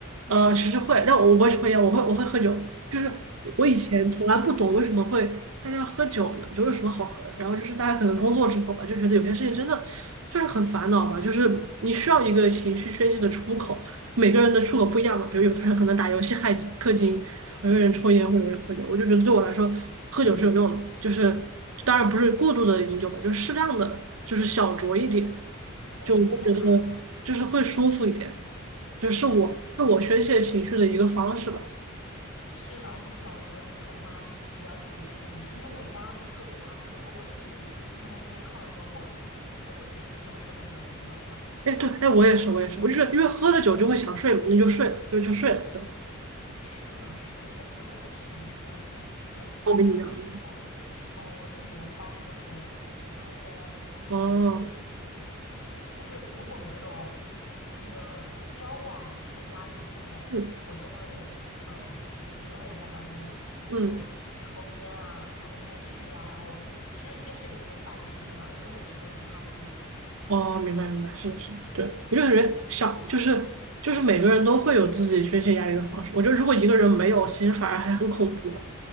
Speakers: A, on the right; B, on the left.
A: 呃，其实会，但我不会抽烟，我会我会喝酒。就是我以前从来不懂为什么会大家喝酒呢，
B: 哦，
A: 酒有什么好喝的。然后就是大家可能工作之后吧，就觉得有些事情真的就是很烦恼吧，就是你需要一个情绪宣泄的出口。每个人的出口不一样嘛，比如有的人可能打游戏害金氪金，有的人抽烟，或者有人喝酒。我就觉得对我来说，喝酒是有用的，就是当然不是过度的饮酒吧，就是适量的，就是小酌一点，
B: 我明白，
A: 就我会觉得就是会舒服一点。就是我是我宣泄情绪的一个方式吧。
B: 是是的，而且小酌几口的话，还比较利于睡眠。因为我压力特别大，或者说我自己经常在内耗的时候，我我会整宿整宿都睡不着觉。
A: 哎，对，哎，我也是，我也是，我就是因为喝了酒就会想睡嘛，那就睡了，就就睡了。对，
B: 是的，是的我觉得喝酒还挺舒服的，就是，
A: 我跟你一样。
B: 而且我，嗯，我自己的方式就是抽烟，
A: 哦，
B: 就抽就是如果没有那个交往时的压力的时候，
A: 嗯
B: 我就会嗯一个人在房间里就抽个烟啊，
A: 嗯，
B: 看个电视啊，然后其实电视也就是摆个声音嘛，因为我其实有点怕孤独这样。
A: 哦，明白明白，是的是的，对，我就感觉想，就是就是每个人都会有自己宣泄压力的方式。我觉得如果一个人没有，其实反而还很恐怖的，